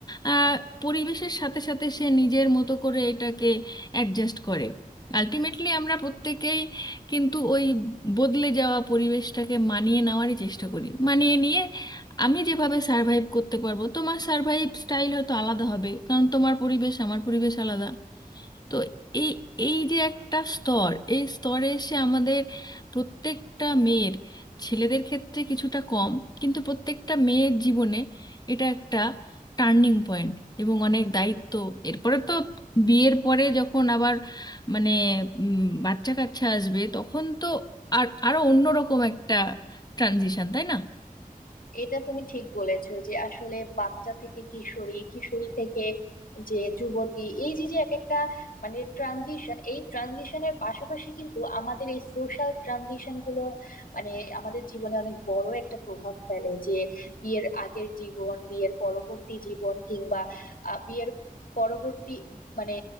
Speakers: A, on the left (about 25°); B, on the left (about 70°).
A: আহ, পরিবেশের সাথে সাথে সে নিজের মতো করে এটাকে অ্যাডজাস্ট করে আলটিমেটলি আমরা প্রত্যেকেই কিন্তু ওই বদলে যাওয়া পরিবেশটাকে মানিয়ে নেওয়ারই চেষ্টা করি মানিয়ে নিয়ে আমি যেভাবে সার্ভাইভ করতে পারবো তোমার সার্ভাইভ স্টাইল হয়তো আলাদা হবে কারণ তোমার পরিবেশ আমার পরিবেশ আলাদা তো এই এই যে একটা স্তর এই স্তরে এসে আমাদের প্রত্যেকটা মেয়ের ছেলেদের ক্ষেত্রে কিছুটা কম কিন্তু প্রত্যেকটা মেয়ের জীবনে এটা একটা টার্নিং পয়েন্ট এবং অনেক দায়িত্ব এরপরে তো বিয়ের পরে যখন আবার মানে উম, বাচ্চা কাচ্চা আসবে তখন তো আর আরো অন্যরকম একটা ট্রানজিশন তাই না
B: এটা তুমি ঠিক বলেছো যে আসলে বাচ্চা থেকে কিশোরী কিশোরী থেকে যে যুবতী এই যে যে এক একটা মানে ট্রানজিশন এই ট্রানজিশনের পাশাপাশি কিন্তু আমাদের এই সোশ্যাল ট্রানজিশন গুলো মানে আমাদের জীবনে অনেক বড় একটা প্রভাব ফেলে যে বিয়ের আগের জীবন বিয়ের পরবর্তী জীবন কিংবা আহ, বিয়ের পরবর্তী মানে